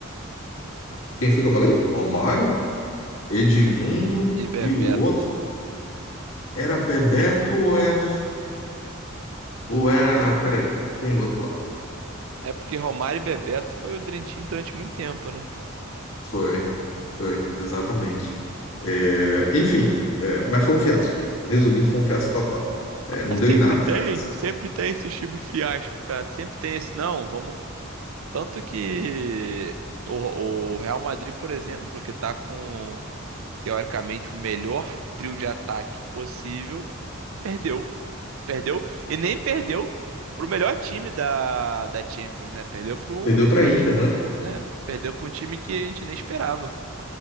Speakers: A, on the left; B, on the right.
A: Quem foi que eu falei? Romário, Edmundo
B: E Bebeto.
A: e o outro. Era Bebeto ou era. Ou era. ah, Peraí, tem outro lá.
B: É porque Romário e Bebeto foi o Dream Team durante muito tempo, né?
A: Foi, foi, exatamente. É, enfim, é, mas foi um fiasco. Resumindo, foi um fiasco total. É,
B: Ah,
A: não
B: sempre
A: deu em nada.
B: tem, sempre tem esse time fiasco, cara. Sempre tem esse, não, vamos. Tanto que o, o Real Madrid, por exemplo, que tá com, teoricamente, o melhor trio de ataque possível, perdeu. Perdeu, e nem perdeu pro melhor time da, da Champions, né? Perdeu pro um,
A: Perdeu para
B: pro
A: a Inter,
B: um, ti-
A: né?
B: né? Perdeu pra um time que a gente nem esperava.